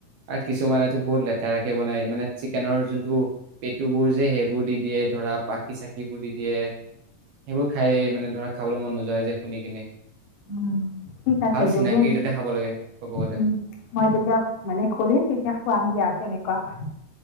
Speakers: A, on the right (about 70°); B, on the left (about 75°).
A: আৰু কিছুমানে? বহুত লেতেৰাৰাক কে বনাই মানে চিকেনৰ যোনটো পেটু বোৰ যে সেইবোৰ দি দিয়ে ধৰা পাখি চাকি বোৰ দি দিয়ে সেইবোৰ খাই মানে ধৰা খাবলৈ মন নোযোৱা যে শুনি কিনে।
B: উম ঠিক আছে
A: ভাল চিনাকি
B: যদি।
A: তাতে খাব লাগে ক'ব গ'লে।
B: উম মই যেতিয়া মানে খুলিম তেতিয়া খুৱাম দিয়া কেনে? এনেকুৱা হয়?